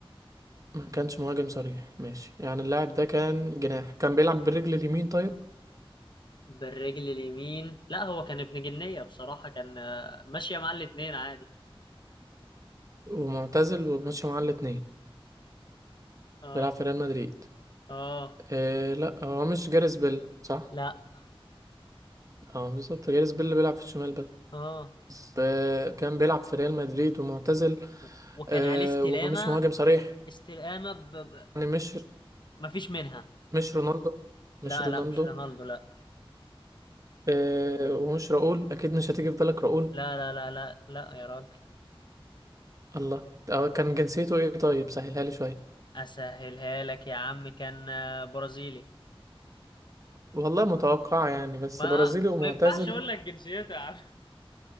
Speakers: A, on the right (about 35°); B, on the left (about 50°).
A: ما كانش مهاجم صريح ماشي يعني اللاعب ده كان جناح كان بيلعب بالرجل اليمين طيب
B: بالرجل اليمين لا هو كان ابن جنية بصراحة كان آه، ماشية مع الاتنين عادي
A: ومعتزل وماشي معاه الاتنين
B: اه
A: بيلعب في ريال مدريد
B: اه
A: إيه لا هو مش جاريث بيل صح
B: لا
A: اه بالظبط جاريث بيل اللي بيلعب في الشمال
B: اه
A: بس آه، كان بيلعب في ريال مدريد ومعتزل
B: و- وكان
A: آه،
B: عليه استلامة
A: ومش مهاجم صريح
B: استلامة ب... ب...
A: يعني مش
B: مفيش منها
A: مش رونالدو مش
B: لا
A: رونالدو
B: لا مش رونالدو لا
A: آه، ومش راؤول اكيد مش هتيجي في بالك راؤول
B: لا لا لا لا لا يا راجل
A: الله آه، كان جنسيته ايه طيب سهلها لي شويه
B: اسهلها لك يا عم كان آه، برازيلي
A: والله متوقع يعني بس
B: ما
A: برازيلي ومعتزل
B: ما ينفعش اقول لك جنسيته يا عم